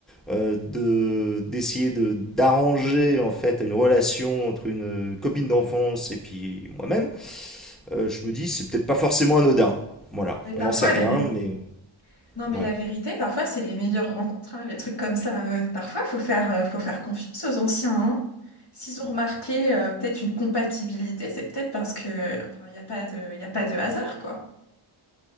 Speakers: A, in the centre; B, on the left.
A: euh, de d'essayer de d'arranger en fait une relation entre une copine d'enfance et puis moi-même, euh, je me dis, c'est peut-être pas forcément anodin. Voilà,
B: Non, mais parfois,
A: on n'en sait rien,
B: la vé-
A: mais...
B: Non, mais
A: Ouais.
B: la vérité, parfois, c'est les meilleures rencontres, hein, les trucs comme ça. euh, parfois, faut faire, euh, faut faire confiance aux anciens, hein. S'ils ont remarqué, euh, peut-être une compatibilité, c'est peut-être parce que, enfin, il n'y a pas de, y a pas de hasard, quoi.